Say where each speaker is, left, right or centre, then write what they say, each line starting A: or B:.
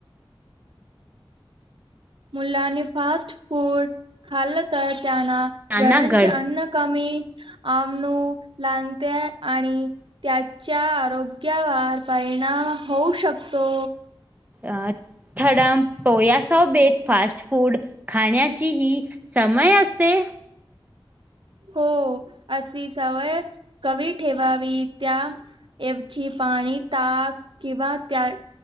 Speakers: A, on the right; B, on the right.
A: मुलांनी फास्ट फूड खाल्लं तर त्यांना
B: नाना
A: घरांचे
B: घर
A: अन्न कमी आमणू लागते आणि त्याच्या आरोग्यावर परिणाम होऊ शकतो.
B: अ थडाम पोया सोबेत फास्ट फूड खाण्याची हि समय असते.
A: हो अशी सवय कमी ठेवावी त्या एवची पाणी ताक किंवा त्या